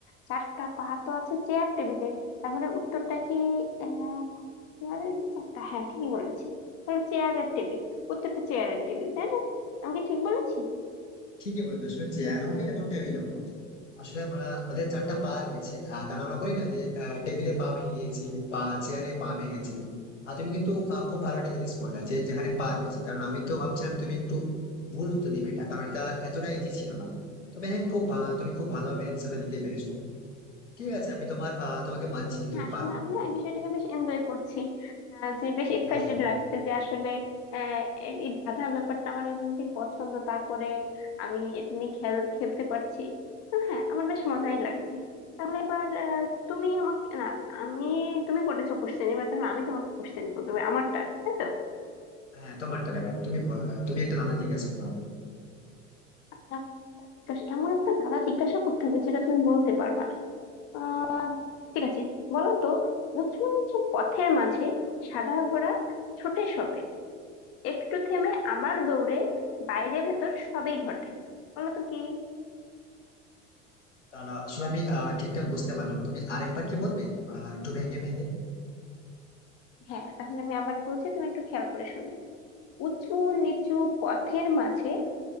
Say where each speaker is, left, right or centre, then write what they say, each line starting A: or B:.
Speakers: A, on the left; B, on the left.
A: চারটা পা তো আছে চেয়ার টেবিলের তাহলে উত্তরটা কি আহ চেয়ারের কি চারটা হ্যাঁ ঠিকই বলেছি তাহলে চেয়ারের টেবিল উত্তরটা চেয়ারের টেবিল তাই না আমি কি ঠিক বলেছি
B: ঠিকই বলবে আসলে চেয়ার হবে এবং টেবিল হবে আসলে ওরা ওদের চারটা পা রয়েছে আহ, কারণ আমরা বলি না যে টেবিলে পা ভেঙে গিয়েছে বা চেয়ারে পা ভেঙে গেছে আর তুমি কিন্তু আহ, খুব ভালো একটা জিনিস বললে যে যেখানে পা রয়েছে কারণ আমি তো ভাবছিলাম তুমি একটু ভুল উত্তর দিবে এটা কারণ এটা এতটা ইজি ছিল না তবে হ্যাঁ খুব ভা- তুমি খুব ভালোভাবে অ্যান্সারটা দিতে পেরেছো ঠিক আছে আমি তোমার আহ, তোমাকে মানছি যে
A: হ্যাঁ
B: তুমি
A: আসলে
B: পারো
A: আমি না এই বিষয়টাকে বেশ এনজয় করছি আহ, যে বেশ এক্সাইটেড
B: হ্যাঁ
A: লাগছে যে আসলে আহ, এই এই ধাঁধা ব্যাপারটা আমার এমনিতেই পছন্দ তারপরে আমি এটা নিয়ে খেল খেলতে পারছি তো হ্যাঁ আমার বেশ মজাই লাগছে তাহলে এবার আহ, তুমি আমাকে না আমি তুমি করেছো কোশ্চেন এবার তাহলে আমি তোমাকে কোশ্চেন করবো এবার আমার টার্ন তাই তো
B: হ্যাঁ তোমারটা নেবার তুমি ব- তুমি একটা ধারণা জিজ্ঞাসা করো আমাকে।
A: এখন তা জিজ্ঞাসা এমন একটা ধাঁধা জিজ্ঞাসা করতে হবে যেটা তুমি বলতে পারবা না আহ, ঠিক আছে বলো তো উঁচু নিচু পথের মাঝে সাদা ঘোড়া ছোটে সবে একটু থেমে আবার দৌড়ে বাইরে ভেতর সবই ঘটে বলো তো কি
B: তারা আসলে আমি আহ, ঠিকঠাক বুঝতে পারলাম না। তুমি আরেকবার কি বলবে আহ, একটু ভেঙে ভেঙে
A: হ্যাঁ তাহলে আমি আবার বলছি তুমি একটু খেয়াল করে শোনো উঁচু নিচু পথের মাঝে